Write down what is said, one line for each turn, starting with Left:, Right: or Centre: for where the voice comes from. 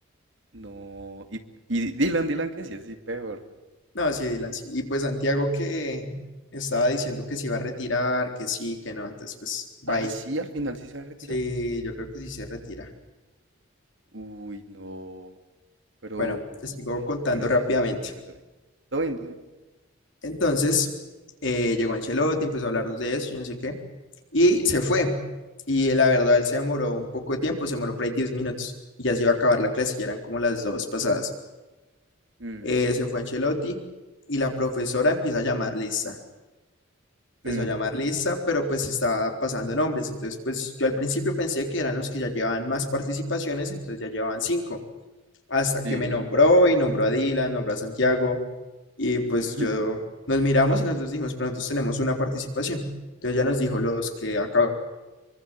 Right: No, y, y Dylan, Dylan, que sí, así peor.
Left: No, sí, Dylan, sí. Y pues Santiago que estaba diciendo que se iba a retirar, que sí, que no, entonces pues
Right: Ah,
Left: va ahí.
Right: sí, al final sí se va a retirar.
Left: Sí, yo creo que sí se retira.
Right: Uy, no. Pero,
Left: Bueno,
Right: uy.
Left: te sigo contando
Right: Bueno,
Left: rápidamente.
Right: sí, sí, cuéntame, cuéntame. Todo bien, todo bien.
Left: Entonces, eh, llegó Ancelotti, empezó a hablarnos de eso, yo no sé qué, y se fue. Y eh, la verdad, él se demoró un poco de tiempo, se demoró por ahí 10 minutos, y ya se iba a acabar la clase, ya eran como las dos pasadas.
Right: Mm,
Left: Eh, se fue Ancelotti y la profesora empieza a llamar lista. Empezó
Right: mm,
Left: a llamar lista, pero pues estaba pasando nombres. Entonces, pues yo al principio pensé que eran los que ya llevaban más participaciones, entonces ya llevaban cinco hasta
Right: sí.
Left: que me nombró y nombró a Dylan, nombró a Santiago y pues
Right: <laughs>
Left: yo nos miramos y nosotros dijimos, pero nosotros tenemos una participación. Entonces ya nos dijo, los que acabo